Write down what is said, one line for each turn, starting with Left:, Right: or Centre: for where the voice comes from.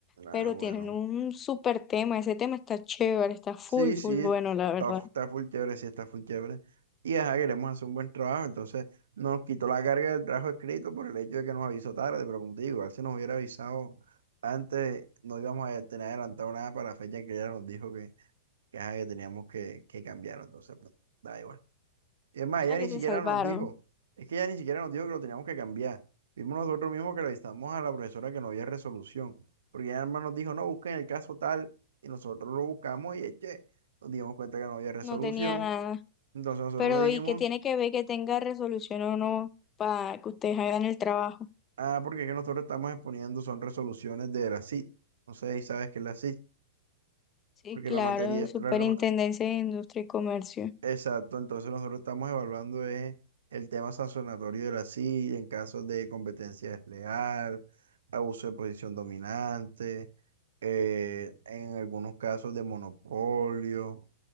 Right: Ah,
Left: Pero
Right: bueno.
Left: tienen un súper tema. Ese tema está chévere, está full,
Right: Sí,
Left: full
Right: sí,
Left: bueno,
Right: está,
Left: la verdad.
Right: f- está full chévere, sí, está full chévere. Y ajá, queremos hacer un buen trabajo, entonces nos quitó la carga del trabajo escrito por el hecho de que nos avisó tarde, pero como te digo, igual si nos hubiera avisado antes, no íbamos a tener adelantado nada para la fecha en que ella nos dijo que, que, ajá, que teníamos que, que cambiarlo entonces, pues, da igual. Y es más,
Left: O
Right: ella
Left: sea
Right: ni
Left: que se
Right: siquiera
Left: salvaron.
Right: nos dijo, es que ella ni siquiera nos dijo que lo teníamos que cambiar. Vimos nosotros mismos que le avisamos a la profesora que no había resolución, porque ella además nos dijo, no, busquen el caso tal, y nosotros lo buscamos y eche, nos dimos cuenta que no había resolución.
Left: No tenía nada.
Right: Entonces nosotros
Left: Pero
Right: le dijimos,
Left: ¿y qué tiene que ver que tenga resolución o no para que ustedes hagan el trabajo?
Right: ah, porque es que nosotros estamos exponiendo son resoluciones de la CIT. No sé si sabes qué es la CIT,
Left: Sí,
Right: porque
Left: claro,
Right: la materia,
Left: Superintendencia
Right: la,
Left: de Industria y Comercio.
Right: Exacto, entonces nosotros estamos evaluando eh, el tema sancionatorio de la silla en casos de competencia desleal, abuso de posición dominante, eh, en algunos casos de monopolio,